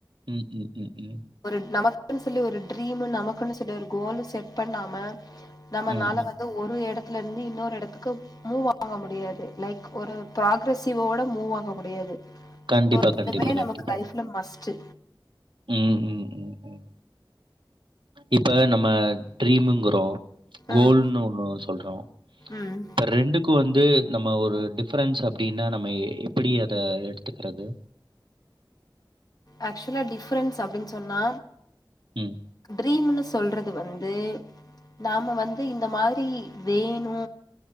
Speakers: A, on the right; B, on the left.
A: ம் ம் ம் ம்
B: ஒரு நமக்ன்னு சொல்லி ஒரு ட்ரீம் நமக்ன்னு சொல்லி ஒரு கோலு செட் பண்ணாம நம்மனால
A: ம் ம்
B: வந்து ஒரு எடத்துல இருந்து இன்னொரு எடத்துக்கு மூவ் ஆக முடியாது லைக் ஒரு ப்ராகரசிவோட மூவ் ஆக முடியாது
A: கண்டிப்பா
B: ஸ்போட்ஸ்லமே
A: கண்டிப்பா கண்டிப்பா
B: நமக்கு லைஃப்ல மஸ்டு
A: ம் ம் ம் ம் இப்ப நம்ம ட்ரீமுங்குறோ கோல்ன்னு
B: ம்
A: ஒண்ணு சொல்றோ
B: ம்
A: இப்ப ரெண்டுக்கு வந்து நம்ம ஒரு டிஃப்ரென்ஸ் அப்டின்னா நம்ம எப்டி அத எடுத்துக்கிறது
B: ஆக்சுவலா டிஃரென்ஸ் அப்டின்னு சொன்னா
A: ம்,
B: ட்ரீம்ஸ் சொல்றது வந்து நாம வந்து இந்த மாரி வேணு